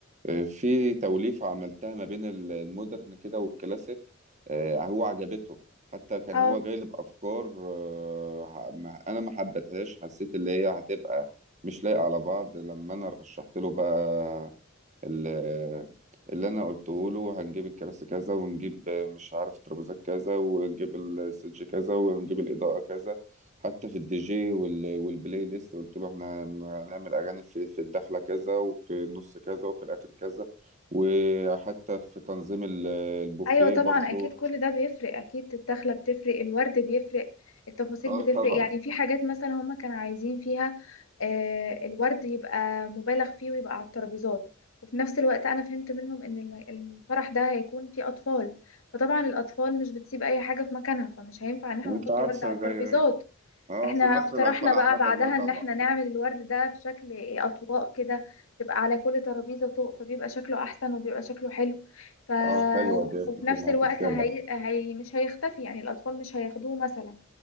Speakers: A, on the right; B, on the left.
A: في توليفة عملتها ما بين ال- المودرن كده والكلاسيك آه، هو عجبته حتى كان
B: اه
A: هو جايلب أفكار آه، ع- ما- أنا ما حبيتهاش حسيت اللي هي هتبقى مش لايقة على بعض لما أنا رشحت له بقى ال- اللي انا قلته له هنجيب الكراسي كذا ونجيب مش عارف ترابيزات كذا ونجيب السج كذا ونجيب الاضاءه كذا حتى في الدي جي وال- والبلاي ليست قلت له احنا هن- هنعمل اغاني في في الدخله كذا وفي النص كذا وفي الاخر كذا وحتى في تنظيم ال- البوفيه
B: ايوه طبعا
A: برضو
B: اكيد كل ده بيفرق اكيد الدخله بتفرق الورد بيفرق التفاصيل
A: اه
B: بتفرق
A: طبعا
B: يعني في حاجات مثلا هما كانوا عايزين فيها آه الورد يبقى مبالغ فيه ويبقى على الترابيزات وفي نفس الوقت انا فهمت منهم ان الم- الفرح ده هيكون فيه اطفال فطبعا الاطفال مش بتسيب اي حاجه في مكانها فمش هينفع ان احنا
A: وانت
B: نحط
A: عارفه
B: ورد على الترابيزات
A: زي اه
B: احنا
A: في مصر
B: اقترحنا
A: الاطفال
B: بقى
A: احباب
B: بعدها
A: الله طبعا
B: ان احنا نعمل الورد ده في شكل اطواق كده تبقى على كل ترابيزة طوق فبيبقى شكله احسن وبيبقى شكله حلو ف
A: اه حلوه دي اتفق
B: وفي نفس
A: معاك
B: الوقت
A: في كده
B: هي... هي... مش هيختفي يعني الاطفال مش هياخدوه مثلا